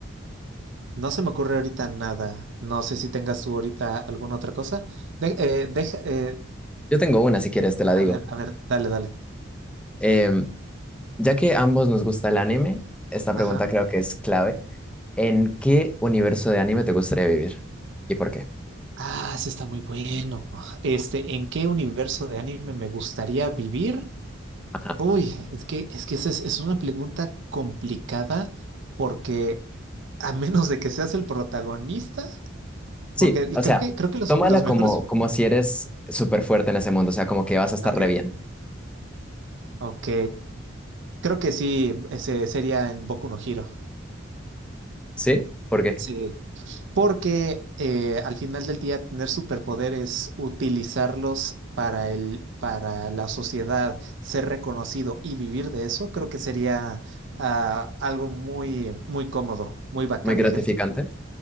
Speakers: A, on the right; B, in the centre.
A: no se me ocurre ahorita nada. No sé si tengas tú ahorita alguna otra cosa. De- eh, deja, eh,
B: Yo tengo una, si quieres, te la digo.
A: a ver, a ver, dale, dale.
B: Em, Ya que ambos nos gusta el anime, esta pregunta
A: Ajá.
B: creo que es clave. ¿En qué universo de anime te gustaría vivir? ¿Y por qué?
A: Ah, sí está muy bueno. Este, ¿en qué universo de anime me gustaría vivir?
B: Ajá.
A: Uy, es que, es que esa es, es una pregunta complicada porque A menos de que seas el protagonista,
B: Sí,
A: porque
B: o
A: creo
B: sea,
A: que, creo que los,
B: tómala
A: los mejores.
B: como, como si eres súper fuerte en ese mundo, o sea, como que vas a estar
A: Ok,
B: re bien.
A: ok. Creo que sí, ese sería en Boku no Hero.
B: ¿Sí? ¿Por qué?
A: Sí. Porque eh, al final del día, tener superpoderes, utilizarlos para el, para la sociedad, ser reconocido y vivir de eso, creo que sería ah, algo muy, muy cómodo, muy bacán,
B: Muy gratificante.
A: dije.